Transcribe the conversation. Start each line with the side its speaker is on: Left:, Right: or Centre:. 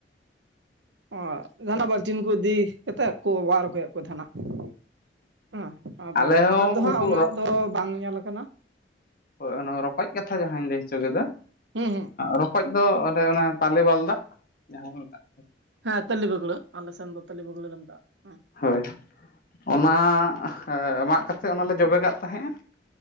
Right: ᱚ ᱡᱟᱦᱟᱸᱱᱟᱜ ᱵᱟᱞᱴᱤᱱ ᱠᱚ ᱤᱫᱤ ᱠᱟᱛᱮᱫ ᱠᱚ ᱚᱣᱟᱨ ᱟᱹᱜᱩᱭᱮᱫ ᱠᱚ ᱛᱟᱦᱮᱸᱱᱟ ᱾ ᱦᱮᱸ ᱟᱫᱚ
Left: ᱟᱞᱮ
Right: ᱱᱮᱛᱟᱨ
Left: ᱦᱚᱸ
Right: ᱫᱚ
Left: ᱱᱩᱠᱩ
Right: ᱦᱟᱸᱜ ᱩᱱᱟᱹᱜ ᱫᱚ ᱵᱟᱝ ᱧᱮᱞ ᱟᱠᱟᱱᱟ ᱾
Left: ᱦᱚᱭ ᱚᱱᱟ ᱨᱚᱠᱚᱡ ᱠᱟᱛᱷᱟ ᱡᱟᱦᱟᱸᱧ ᱞᱟᱹᱭ ᱦᱚᱪᱚ ᱠᱮᱫᱟ
Right: ᱦᱩᱸ ᱦᱩᱸ ᱾
Left: ᱨᱚᱠᱚᱡ ᱫᱚ ᱚᱱᱮ ᱚᱱᱟ ᱛᱟᱞᱮ ᱵᱟᱞᱫᱟᱜ ᱡᱟᱦᱟᱸ ᱵᱚ ᱢᱮᱛᱟᱜ ᱠᱟᱱᱟ ᱾
Right: ᱦᱮᱸ ᱛᱟᱹᱞᱤ ᱵᱟᱹᱜᱩᱲᱟ ᱟᱞᱮ ᱥᱮᱱ ᱫᱚ ᱛᱟᱹᱞᱤ ᱵᱟᱹᱜᱩᱲᱟ ᱞᱤ ᱢᱮᱛᱟᱜᱼᱟ ᱾
Left: ᱦᱳᱭ ᱚᱱᱟ ᱮ ᱢᱟᱜ ᱠᱟᱛᱮᱫ ᱚᱱᱟᱞᱮ ᱡᱚᱵᱮᱼᱠᱟᱜ ᱛᱟᱦᱮᱸᱜᱼᱟ᱾